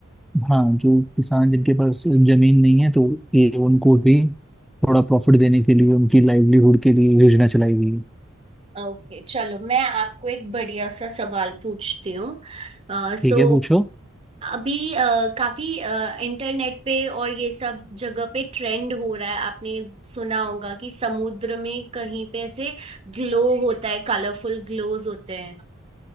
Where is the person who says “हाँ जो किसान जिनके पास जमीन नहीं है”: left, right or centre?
Centre